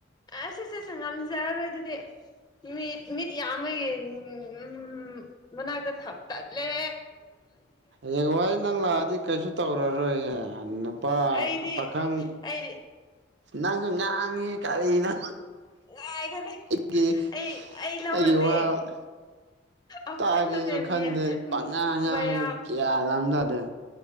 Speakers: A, on the left (about 20°); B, on the right (about 65°).
A: ꯑꯁ ꯑꯁꯦ ꯑꯁ ꯉꯝꯖꯔꯔꯣꯏ ꯑꯗꯨꯗꯤ ꯃꯤꯠ ꯃꯤꯠ ꯌꯥꯝꯕꯒꯤ ꯎꯝ ꯃꯅꯥꯛꯇ ꯊꯥꯛ ꯇꯜꯂꯦ
B: ꯍꯌꯦꯡ ꯋꯥꯏ ꯅꯪ ꯂꯥꯛꯑꯗꯤ ꯀꯩꯁꯨ ꯇꯧꯔ ꯔꯣꯏꯍꯦ ꯅꯨꯄꯥ
A: ꯑꯩꯗꯤ
B: ꯄꯥꯈꯪ
A: ꯑꯩꯗꯤ
B: ꯅꯪꯁꯨ ꯉꯥꯡꯉꯦꯍꯦ ꯀꯔꯤꯅꯣ
A: ꯉꯥꯏꯒꯅꯤ
B: ꯒꯤ
A: ꯑꯩ ꯑꯩ ꯂꯧꯔꯗꯤ
B: ꯑꯩꯒꯤ ꯋꯥ
A: ꯑ
B: ꯇꯥꯒꯦꯁꯨ
A: ꯅꯠꯇꯦ
B: ꯈꯟꯗꯦ
A: ꯃꯤꯌꯥ ꯎꯝ
B: ꯄꯪꯉꯥꯡ ꯉꯥꯡꯉ
A: ꯃꯌꯥꯝ
B: ꯒ꯭ꯌꯥꯟ ꯑꯝ ꯇꯥꯗꯦ